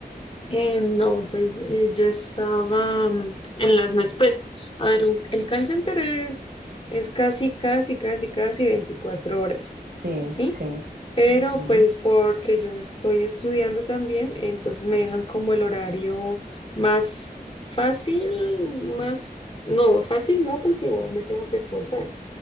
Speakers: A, on the left (about 35°); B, on the right (about 75°).
A: Eh, no, pues eh, yo estaba mm, en las noches, pues, a ver, un- el call center es, es casi, casi, casi, casi 24 horas,
B: Sí,
A: ¿sí?
B: sí.
A: Pero
B: ujú.
A: pues porque yo estoy estudiando también, entonces me dejan como el horario más fácil, más, no, fácil no, porque igual me tengo que esforzar,